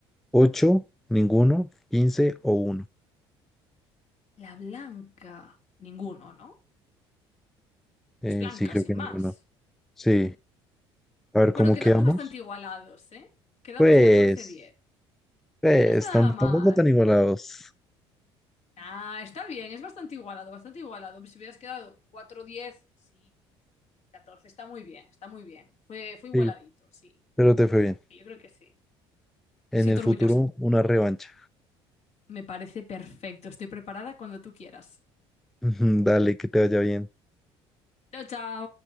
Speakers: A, in the centre; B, on the left.
A: 8, ninguno, 15 o uno.
B: La blanca. Ninguno, ¿no?
A: Eh,
B: Es blanca,
A: sí, creo
B: sin
A: que
B: más.
A: ninguno. Sí. A ver,
B: Bueno,
A: ¿cómo
B: quedamos
A: quedamos?
B: bastante igualados, ¿eh? Quedamos
A: Pues,
B: catorce diez
A: pues
B: No está nada
A: tam-
B: mal.
A: tampoco tan igualados.
B: Ah, está bien, es bastante igualado, bastante igualado. Si hubieras quedado cuatro diez sí, pero 14 está muy bien, está muy bien. Fue, fue igualadito,
A: Sí,
B: sí.
A: pero te fue bien.
B: Sí, yo creo que sí.
A: En
B: Me siento
A: el futuro,
B: orgullosa.
A: una revancha.
B: Me parece perfecto. Estoy preparada cuando tú quieras.
A: <laughs> Dale, que te vaya bien.
B: Chao, chao.